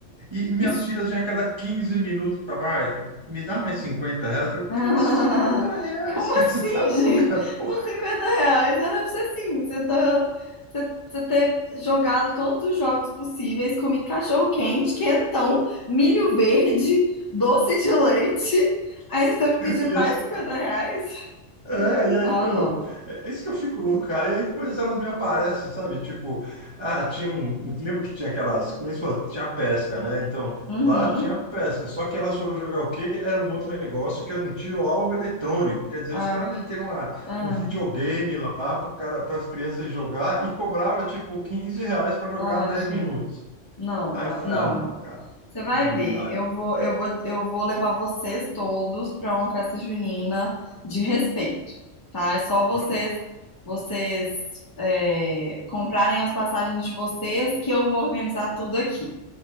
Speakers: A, on the right; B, on the left.
A: e minhas
B: es- <laughs>
A: filhas vinham a cada 15 minutos para vai, me dá mais 50 reais. Eu falei,
B: Ah,
A: cara, 50 reais,
B: como
A: <laughs> cara,
B: assim,
A: você tá louca,
B: <laughs> gente?
A: porra.
B: Com 50 reais era pra ser assim. Você tá. Você você ter jogado todos os jogos possíveis, comido cachorro quente, quentão, milho verde, <laughs> doce de leite. Aí você tá me pedindo
A: E
B: mais
A: as-
B: 50 reais?
A: É, e aí,
B: Ah,
A: então,
B: não.
A: é é isso que eu fico louco, cara. E aí depois elas me aparecem, sabe? Tipo, ah, tinha um. eu Lembro que tinha aquelas. como eles falam, Tinha pesca, né? Então,
B: Uhum.
A: lá tinha pesca. Só que elas foram jogar o quê? Era um outro negócio que era um tiro-alvo eletrônico. Quer dizer,
B: Ah,
A: os caras meteram uma,
B: ah,
A: um videogame lá para as crianças jogar e cobrava, tipo, 15 reais para jogar
B: ah,
A: 10
B: gente.
A: minutos.
B: Não,
A: Aí
B: ah,
A: eu falei,
B: não.
A: ah, não, cara,
B: Você vai
A: não
B: ver,
A: dá.
B: eu vou, eu vou, eu vou levar vocês todos para uma festa junina de respeito, tá? É só vocês,
A: Pronto,
B: vocês é, comprarem as passagens de vocês que eu vou organizar tudo aqui.